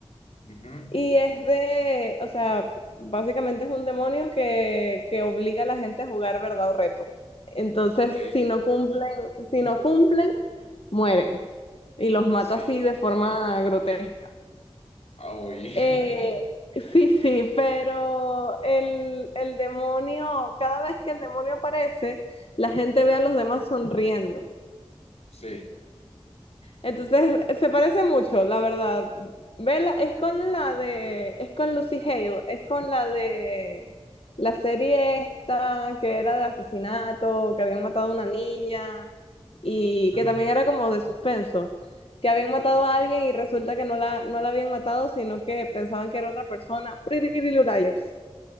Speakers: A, on the left; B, on the left.
A: Ujú,
B: Y es de, o sea, básicamente es un demonio que, que obliga a la gente a jugar verdad o reto. Entonces,
A: Ok.
B: si no cumplen, si no cumplen, mueren. Y los mata
A: Sí.
B: así de forma grotesca.
A: Ah, oí.
B: Eh,
A: <laughs>
B: sí, sí, pero el, el demonio, cada vez que el demonio aparece, la gente
A: Ujú,
B: ve a los demás sonriendo.
A: Sí.
B: Entonces, se parece mucho, la verdad. Vela es con la de, es con Lucy Hale, es con la de la serie esta que era de asesinato, que habían matado a una niña y
A: Ujú,
B: que también era como de suspenso, que habían
A: Sí,
B: matado a alguien y resulta que no la, no la habían matado, sino que pensaban que era otra persona. Pretty Little Liars.